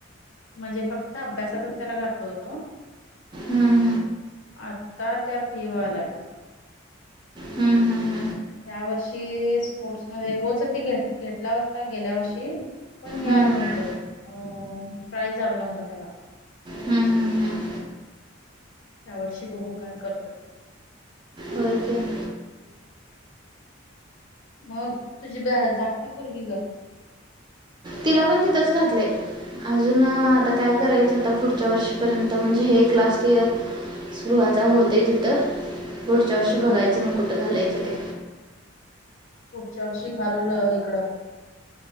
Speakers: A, on the left; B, on the right.
A: म्हणजे फक्त अभ्यासातच त्याला घातलो होतो
B: हम्म,
A: आता त्यात हे व्हायलाय
B: हम्म. हम्म, हम्म,
A: त्या वर्षी स्पोर्ट्समध्ये होच ते घेतला होता, गेल्या वर्षी पण हे
B: हम्म.
A: आलं नव्हतं अं प्राईज आलं नव्हत त्याला.
B: हम्म, हम्म, हम्म.
A: ह्यावर्षी बघू काय करतोय.
B: होय की
A: मग तुझी धाकटी पोरगी ग.
B: तिला पण तिथच घातलं अजून आता काय करायचं आता पुढच्या वर्षीपर्यंत म्हणजे हे एक लास्ट इयर सुरुवात. होत तिथं पुढच्यावर्षी
A: हम्म
B: बघायचं
A: हम्म
B: मग कुठं घालायचं. ते.
A: पुढच्या वर्षी घाल इकडं